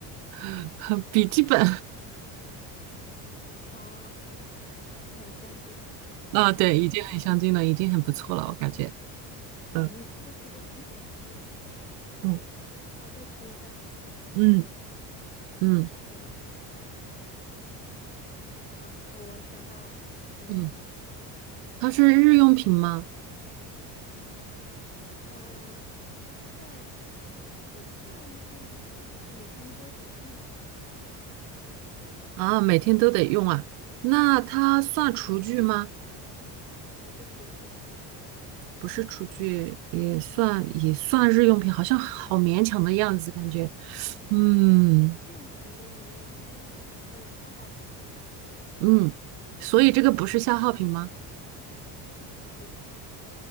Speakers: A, on the right; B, on the left.
A: <laughs> 笔记本，
B: 哦，笔记本，那很相近了。
A: <laughs> 啊，
B: 嗯，
A: 对，已经很相近了，已经很不错了，我感觉，
B: 啊，
A: 嗯
B: 你出的题都挺简单的呢。那我，
A: 嗯
B: 那我再出一道，
A: 嗯
B: 想一下，
A: 嗯
B: 诶。啊，我想到了，你问吧。
A: 嗯，它是日用品吗？
B: 它不在，它应该算日用品，就每天都得用吧。
A: 啊，每天都得用啊，那它算厨具吗？
B: 嗯，它不是厨具，
A: 不是厨具，也算也算日用品，好像好勉强的样子，感觉，嗯
B: 日用品我以为应该日用品算消耗品，
A: 嗯，所以这个不是消耗品吗？
B: 对，它不是消耗品，